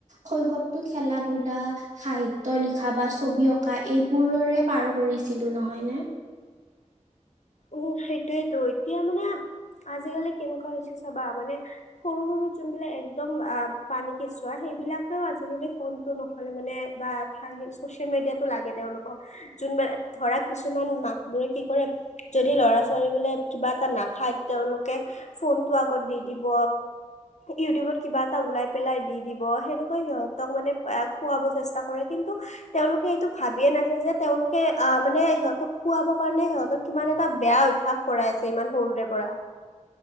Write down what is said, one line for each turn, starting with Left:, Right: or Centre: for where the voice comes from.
Right: শৈশৱটো খেলা ধূলা, সাহিত্য লিখা, বা ছবি অঁকা এইবোৰৰে পাৰ কৰিছিলোঁ নহয়নে?
Left: উম, সেইটোৱেটো, এতিয়া মানে আজিকালি কেনেকুৱা হৈছে চাবা মানে, সৰু সৰু যোনবিলাক একদম আহ পানী কেঁচুৱা সেই সেইবিলাকো আজিকালি ফোনটো নহ'লে মানে বা <unintelligible> চচিয়েল মিডিয়াটো লাগে তেওঁলোকক। কোনবা, ধৰা কিছুমান মাকবোৰে কি কৰে যদি ল'ৰা ছোৱালীবিলাক কিবা এটা নাখায় তেওঁলোকে ফোনটো আগত দি দিব। ইউটিউবত কিবা এটা উলিয়াই পেলাই দি দিব, সেনেকৈ সিহঁতক মানে খুৱাব চেষ্টা কৰে কিন কিন্তু, তেওঁলোকে এইটো ভাবিয়ে নাচায় যে তেওঁলোকে আহ মানে সিহঁতক খুৱাব কাৰণে সিহঁতক কিমান এটা বেয়া অভ্যাস কৰাই আছে ইমান সৰুৰে পৰা।